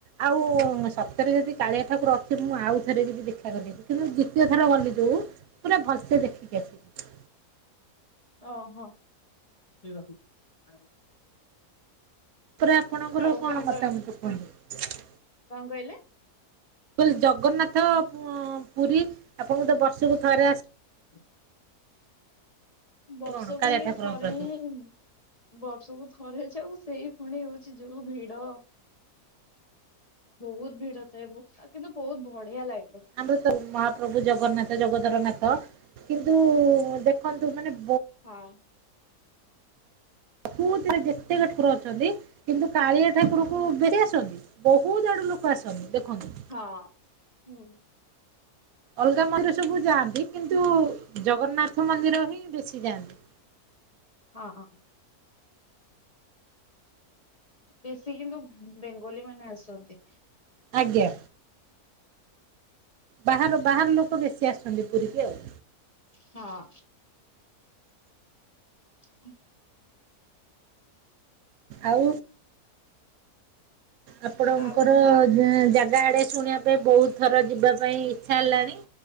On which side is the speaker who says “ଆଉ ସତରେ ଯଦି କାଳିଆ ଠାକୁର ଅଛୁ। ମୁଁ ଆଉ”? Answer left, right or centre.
Right